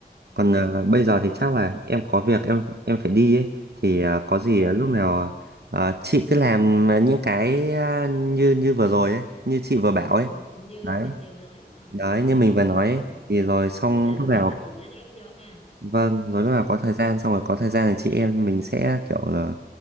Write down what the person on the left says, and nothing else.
à,
ừ
ừ
như
mình vừa nói không
đúng
rồi
rồi
chị làm
xong
mà chị nhắn em vô ha
ừ,